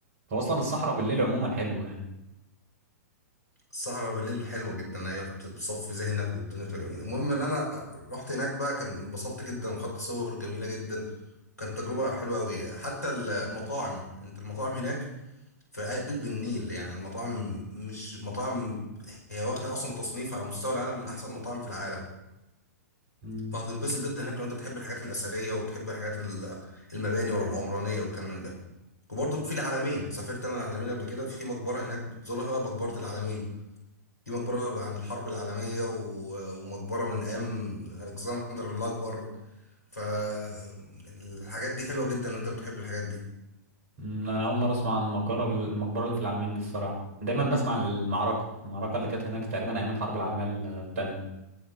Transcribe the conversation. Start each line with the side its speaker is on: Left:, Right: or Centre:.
Right: هو أصلا الصحراء بالليل عموما حلوة يعني
Left: الصحراء بالليل حلوه جدا هي بتصفي ذهنك والدنيا بتبقى جميله المهم ان انا رحت هناك بقى كان انبسطت جدا وخدت صور جميله جدا كانت تجربه حلوه قوي حتى المطاعم انت المطاعم هناك في قلب النيل يعني المطاعم مش مطاعم هي واخده اصلا تصنيف على مستوى العالم من احسن المطاعم في العالم
Right: مم.
Left: فهتنبسط جدا هناك لو انت بتحب الحاجات الاثريه وبتحب الحاجات ال- المباني والعمرانيه والكلام من ده وبرضه في العلمين سافرت انا العلمين قبل كده في مقبره هناك بتزورها مقبره العلمين دي مقبرة عن الحرب العالمية و- ومقبرة من أيام ألكسندر الأكبر فالحاجات دي حلوة جدا لو أنت بتحب الحاجات دي
Right: مم. انا اول مره اسمع عن المقبره المقبره اللي في العلمين دي الصراحه دايما بسمع عن المعركه المعركه اللي كانت هناك تقريبا ايام الحرب العالميه الثانيه